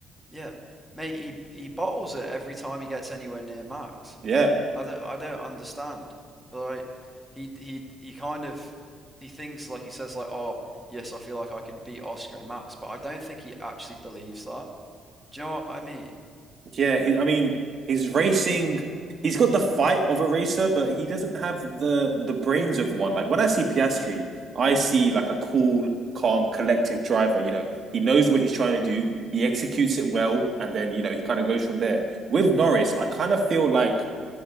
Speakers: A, in the centre; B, on the right.
A: Yeah, mate, he he bottles it every time he gets anywhere near max.
B: Yeah.
A: I don't I don't understand. Like he he he kind of he thinks like he says like oh yes I feel like I can beat Oscar and Max, but I don't think he actually believes that. Do you know what I mean?
B: Yeah, he, I mean, he's racing. He's got the fight of a racer, but he doesn't have the the brains of one. Like when I see Piastri, I see like a cool, calm, collective driver. You know, he knows what he's trying to do. He executes it well, and then you know he kind of goes from there. With Norris, I kind of feel like